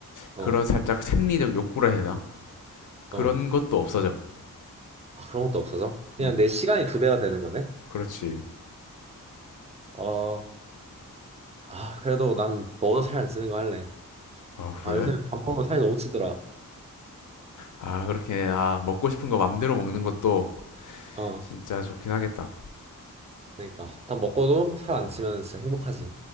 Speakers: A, on the right; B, on the left.
A: 어,
B: 그런 살짝 생리적 욕구라 해야 되나? 그런
A: 어.
B: 것도 없어져.
A: 아, 그런 것도 없어져? 그냥
B: 응,
A: 내 시간이 두 배가 되는 거네?
B: 그렇지.
A: 어, 아, 그래도 난 먹어도 살 안 찌는 거 할래.
B: 아, 그래?
A: 아, 요새 밥 먹으면 살이 너무 찌더라.
B: 아, 그렇게, 아, 먹고 싶은 거 맘대로 먹는 것도
A: 어,
B: 진짜 좋긴 하겠다.
A: 그러니까. 난 먹고도 살 안 찌면 진짜 행복하지.